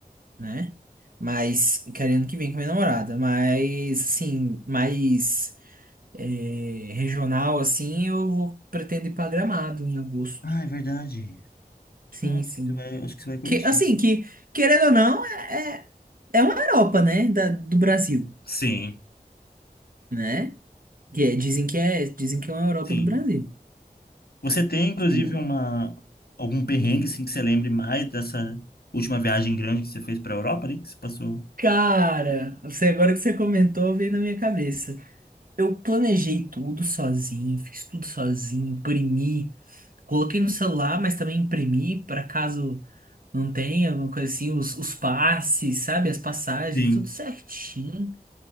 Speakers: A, on the right (about 60°); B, on the left (about 75°).
A: né? Mas, quero ano que vem com minha namorada, mas, assim, mais. é, regional, assim, eu vou, pretendo ir pra Gramado em agosto.
B: Ah, é verdade.
A: Sim,
B: Não, acho
A: sim.
B: que você vai, acho que você vai curtir.
A: Que, assim, que, querendo ou não, é, é é uma Europa, né? Da, do Brasil,
B: Sim,
A: né? Que é- dizem que é, dizem que é uma Europa
B: sim.
A: do Brasil.
B: Você tem, inclusive,
A: É uma-
B: uma, algum perrengue, assim, que você lembre mais dessa última viagem grande que você fez para a Europa ali, que você passou?
A: Cara, você agora que você comentou, veio na minha cabeça. Eu planejei tudo sozinho, fiz tudo sozinho, imprimi, coloquei no celular, mas também imprimi para caso. Não tem alguma coisa assim, os, os passes, sabe? As passagens,
B: Sim,
A: tudo certinho.